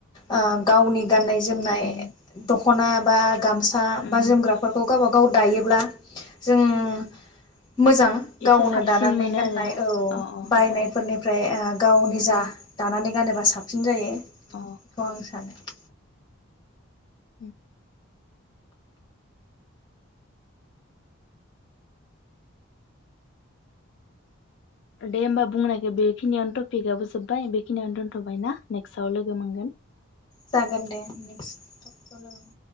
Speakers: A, on the left; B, on the left.
A: ओ गावनि गाननाय जोमनाय
B: उम
A: दख'ना बा गामसा
B: उम
A: बा जोमग्राफोरखौ गावबा गाव दायोब्ला जों मोजां
B: एसे
A: गावनो
B: साबसिन
A: दानानै
B: मोनो
A: गाननाय
B: आरो
A: औ
B: अ अ
A: बायनायफोरनिफ्रा
B: अ
A: य ओ गावनि
B: उम
A: जा
B: उम
A: दानानै गानो बा साबसिन जायो ।
B: अ
A: बेखौ आं सानो ।
B: उ दे होमबा बुंनायखो बेखिनियावनो टपिकआबो जोब्बाय बेखिनियावनो दोनथ'बाय ना नेक्सआव लोगो मोनगोन ।
A: जागोन दे नेक्स टपिकाव लोगो